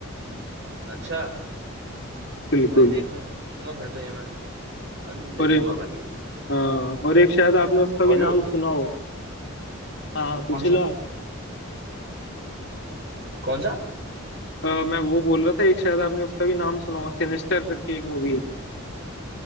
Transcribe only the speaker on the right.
अच्छा
भाई देखूंगा फिर तो ये मैं अ, देखूंगा
भाई ये
हॉलीवुड
कौन
सा
कौन सा